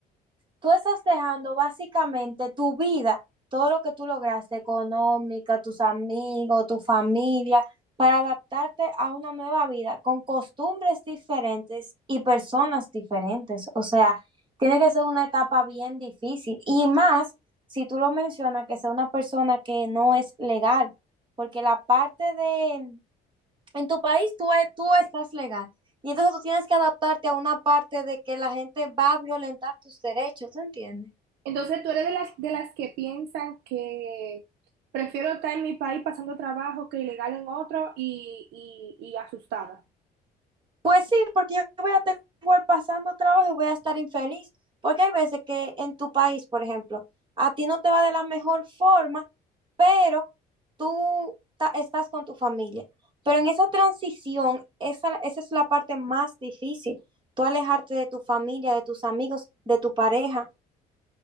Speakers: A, on the right; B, on the right.
A: tú estás dejando básicamente tu vida, todo lo que tú lograste, económica, tus amigos, tu familia, para adaptarte a una nueva vida con costumbres diferentes y personas diferentes. O sea, tiene que ser una etapa bien difícil. Y más si tú lo mencionas, que sea una persona que no es legal, porque la parte de, en tu país tú, e- tú estás legal y entonces tú tienes que adaptarte a una parte de que la gente va a violentar tus derechos, ¿tú entiendes?
B: Entonces, tú eres de las, de las que piensan que prefiero estar en mi país pasando trabajo que ilegal en otro y, y, y asustada.
A: Pues sí, porque yo voy a estar igual pasando trabajo y voy a estar infeliz, Porque hay veces que en tu país, por ejemplo, a ti no te va de la mejor forma, pero tú ta- estás con tu familia. Pero en esa transición, esa, esa es la parte más difícil, tú alejarte de tu familia, de tus amigos, de tu pareja.